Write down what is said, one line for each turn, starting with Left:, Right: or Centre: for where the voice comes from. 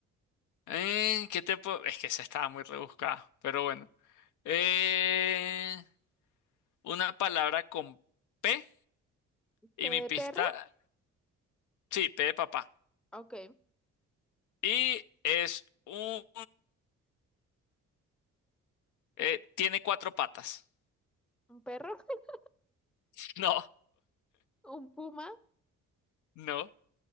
Left: eh, ¿qué te puedo...? Es que esa estaba muy rebuscada, pero bueno. Eh, una palabra con P Y
Centre: ¿P
Left: mi
Centre: de
Left: pista,
Centre: perro?
Left: sí, P de papá.
Centre: Ok,
Left: Y es un, eh, tiene cuatro patas.
Centre: un perro, <laughs>
Left: <laughs> No,
Centre: un puma,
Left: no,